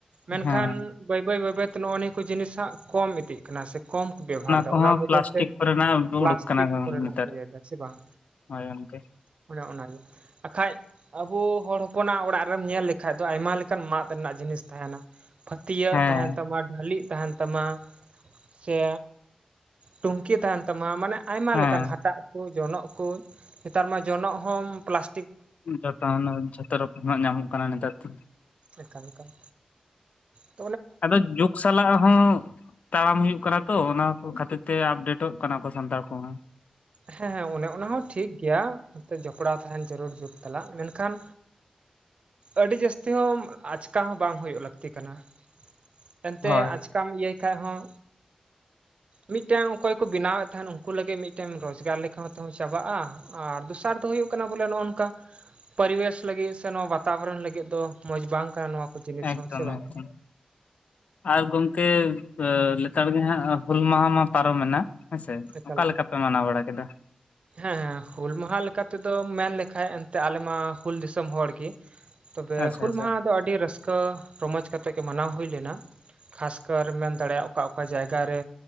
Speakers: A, on the right; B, on the left.
A: ᱢᱮᱱᱠᱷᱟᱱ
B: ᱦᱮᱸ
A: ᱵᱟᱹᱭ ᱵᱟᱹᱭ ᱵᱟᱹᱭ ᱵᱟᱹᱭᱛᱮ ᱱᱚᱜᱼᱚᱭ ᱱᱤᱭᱟᱹᱠᱩ ᱡᱤᱱᱤᱥ ᱦᱟᱸᱜ ᱠᱚᱢ ᱤᱫᱤᱜ ᱠᱟᱱᱟ ᱥᱮ᱾ ᱠᱚᱢ ᱠᱚ ᱵᱮᱵᱚᱦᱟᱨ ᱮᱫᱟ,
B: ᱠᱚᱦᱚᱸ
A: ᱚᱱᱟ ᱵᱚᱫᱚᱞ
B: ᱯᱞᱟᱥᱴᱤᱠ
A: ᱛᱮ
B: ᱠᱚᱨᱮᱱᱟᱜ
A: ᱯᱞᱟᱥᱴᱤᱠ
B: ᱩᱰᱩᱠ ᱠᱟᱱᱟ
A: ᱠᱚᱨᱮᱱᱟᱜ
B: ᱱᱮᱛᱟᱨ
A: ᱠᱚ ᱤᱭᱟᱹᱮᱫᱟ ᱥᱮ ᱵᱟᱝ
B: ᱦᱳᱭ ᱚᱱᱠᱮ
A: ᱚᱱᱮ ᱚᱱᱟᱜᱮ ᱾ ᱵᱟᱠᱷᱟᱡ ᱟᱵᱚ ᱦᱚᱲ ᱦᱚᱯᱚᱱᱟᱜ ᱚᱲᱟᱜ ᱨᱮᱢ ᱧᱮᱞ ᱞᱮᱠᱷᱟᱡ ᱫᱚ ᱟᱭᱢᱟ ᱞᱮᱠᱟᱱ ᱢᱟᱫ ᱨᱮᱱᱟᱜ ᱡᱤᱱᱤᱥ ᱛᱟᱦᱮᱱᱟ ᱾ ᱯᱷᱟᱹᱛᱭᱟᱹᱜ
B: ᱦᱮᱸ
A: ᱛᱟᱦᱮᱱ ᱛᱟᱢᱟ, ᱰᱷᱟᱹᱞᱤᱜ ᱛᱟᱦᱮᱱ ᱛᱟᱢᱟ ᱥᱮ ᱴᱩᱝᱠᱤ ᱛᱟᱦᱮᱱ ᱛᱟᱢᱟ ᱢᱟᱱᱮ ᱟᱭᱢᱟ
B: ᱦᱮᱸ
A: ᱞᱮᱠᱟᱱ ᱦᱟᱴᱟᱜ ᱠᱚ ᱡᱚᱱᱚᱜ ᱠᱚ, ᱱᱮᱛᱟᱨ ᱢᱟ ᱡᱚᱱᱚᱜ ᱦᱚᱸ ᱯᱞᱟᱥ
B: ᱡᱚᱛᱚᱱᱟᱜ ᱡᱷᱚᱛᱚ ᱨᱚᱠᱚᱢᱟᱜ ᱧᱟᱢᱚᱜ ᱠᱟᱱᱟ ᱱᱮᱛᱟᱨ ᱫᱤᱱ ᱾
A: ᱮᱠᱟᱞ ᱮᱠᱟᱞ ᱾
B: ᱟᱫᱚ ᱡᱩᱜᱽ ᱥᱟᱞᱟᱜ ᱦᱚᱸ ᱛᱟᱲᱟᱢ ᱦᱩᱭᱩᱜ ᱠᱟᱱᱟ ᱛᱚ, ᱚᱱᱟ ᱠᱚ ᱠᱷᱟᱹᱛᱤᱨ ᱛᱚ ᱟᱯᱰᱮᱴᱚᱜ ᱠᱟᱱᱟ ᱠᱚ ᱥᱟᱱᱛᱟᱲ ᱠᱚᱢᱟ ᱾
A: ᱦᱮᱸ ᱦᱮᱸ ᱚᱱᱮ ᱚᱱᱟᱦᱚᱸ ᱴᱷᱤᱠ ᱜᱮᱭᱟ, ᱟᱯᱮ ᱡᱚᱯᱲᱟᱣ ᱛᱟᱦᱮᱱ ᱡᱟᱹᱨᱩᱲ ᱡᱩᱜᱽ ᱛᱷᱟᱞᱟᱜ ᱾ ᱢᱮᱱᱠᱷᱟᱱ ᱟᱹᱰᱤ ᱡᱟᱹᱥᱛᱤ ᱦᱚᱸ ᱟᱪᱠᱟ ᱦᱚᱸ ᱵᱟᱝ ᱦᱩᱭᱩᱜ ᱞᱟᱹᱠᱛᱤ ᱠᱟᱱᱟ ᱾ ᱮᱱᱛᱮ
B: ᱦᱳᱭ
A: ᱟᱪᱠᱟ ᱠᱟᱢ ᱤᱭᱟᱹᱭ ᱠᱷᱟᱭ ᱦᱚᱸ ᱢᱤᱫᱴᱮᱱ ᱚᱠᱚᱭ ᱠᱚ ᱵᱮᱱᱟᱣᱮᱫ ᱛᱟᱦᱮᱱ ᱩᱱᱠᱩ ᱞᱟᱹᱜᱤᱫ ᱢᱤᱫᱴᱮᱱ ᱴᱮᱱ ᱨᱚᱡᱽᱜᱟᱨ ᱞᱮᱠᱟ ᱦᱚ ᱛᱮᱦᱚᱸ ᱪᱟᱵᱟᱜᱼᱟ, ᱟᱨ ᱫᱚᱥᱟᱨ ᱫᱚ ᱦᱩᱭᱩᱜ ᱠᱟᱱᱟ ᱵᱚᱞᱮ ᱱᱚᱜᱼᱚ ᱱᱚᱝᱠᱟ ᱯᱚᱨᱤᱵᱮᱥ ᱞᱟᱹᱜᱤᱫ ᱥᱮ ᱱᱚᱣᱟ ᱵᱟᱛᱟᱵᱚᱨᱚᱱ ᱞᱟᱹᱜᱤᱫ ᱫᱚ ᱢᱚᱡᱽ ᱵᱟᱝ ᱠᱟᱱᱟ ᱱᱚᱣᱟ ᱠᱚ ᱡᱤᱱᱤᱥ
B: ᱮᱠᱫᱚᱢ
A: ᱦᱚᱸ ᱥᱮ ᱵᱟᱝ?
B: ᱮᱠᱫᱚᱢ ᱟᱨ ᱜᱚᱝᱠᱮ ᱞᱮᱛᱟᱲ ᱜᱮ ᱦᱟᱸᱜ ᱦᱩᱞ ᱢᱟᱦᱟ ᱢᱟ ᱯᱟᱨᱚᱢᱮᱱᱟ ᱾ ᱦᱮᱸᱥᱮ
A: ᱮᱠᱟᱞ
B: ᱚᱠᱟ ᱞᱮᱠᱟ ᱯᱮ ᱢᱟᱱᱟᱣ ᱵᱟᱲᱟ ᱠᱮᱫᱟ?
A: ᱦᱮᱸ ᱦᱮᱸ, ᱦᱩᱞ ᱢᱟᱦᱟ ᱞᱮᱠᱟ ᱛᱮᱫᱚᱢ ᱢᱮᱱ ᱞᱮᱠᱷᱟᱡ ᱮᱱᱛᱮ ᱟᱞᱮ ᱢᱟ ᱦᱩᱞ ᱫᱤᱥᱚᱢ ᱦᱚᱲ ᱜᱤ ᱾ ᱛᱚᱵᱮ
B: ᱟᱪᱪᱷᱟ
A: ᱦᱩᱞ
B: ᱟᱪᱪᱷᱟ
A: ᱢᱟᱦᱟ ᱫᱚ, ᱟᱹᱰᱤ ᱨᱟᱹᱥᱠᱟᱹ ᱨᱚᱢᱚᱡ ᱠᱟᱛᱮᱜ ᱜᱮ ᱢᱟᱱᱟᱣ ᱦᱩᱭ ᱞᱮᱱᱟ ᱾ ᱠᱷᱟᱥᱠᱟᱨ ᱢᱮᱱ ᱫᱟᱲᱮᱭᱟᱜᱼᱟ, ᱚᱠᱟ ᱚᱠᱟ ᱡᱟᱭᱜᱟ ᱨᱮ